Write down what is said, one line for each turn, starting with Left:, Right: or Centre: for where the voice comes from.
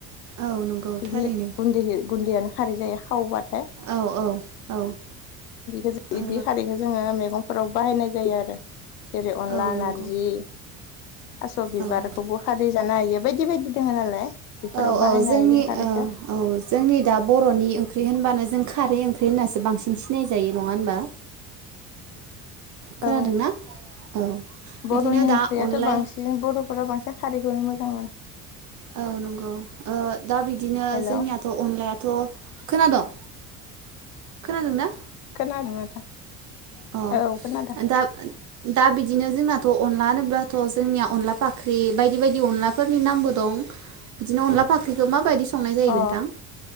Right: औ नंगौ
Left: बिदि
Right: थारैनो
Left: गुन्दि गुन्दियानो खारि जायो हावबा थाय
Right: औ औ औ
Left: बेखौ जों
Right: ओ
Left: बे खारैखौ जोङो मैगंफोराव बाहायनाय जायो आरो। जेरै अनला
Right: औ नंगौ
Left: नारजि थास' बिबारखौबो
Right: औ
Left: खारै जानो हायो बायदि बायदि दोङो नालाय बेफोराव
Right: औ औ
Left: बाहायनो
Right: जोंनि
Left: हायो जों खारैखौ।
Right: ओ औ जोंनि दा बर'नि ओंख्रि होनबानो जों खारै ओंख्रि होननासो बांसिन सिनायजायो नङा होनबा। खोनादोंना
Left: औ
Right: औ बिदिनो
Left: बर'नि
Right: दा
Left: ओंख्रियाथ'
Right: अनलाय
Left: बांसिन बर'फोरा बांसिन खारैखौनो मोजां मोनो।
Right: औ नंगौ ओ दा बिदिनो
Left: हेल'
Right: जोंनियाथ' अनलायाथ' खोनादोंं। खोनादोंना?
Left: खोनादों नोथां।
Right: अ
Left: औ खोनादों।
Right: दा दा बिदिनो जोंनाथ' अनला होनोब्लाथ' जोंनिया अनला फाख्रि बायदि बायदि अनलाफोरनि नामबो दं बिदिनो अनला फाख्रिखौ माबायदि स संनाय जायो
Left: अ
Right: नोंथां।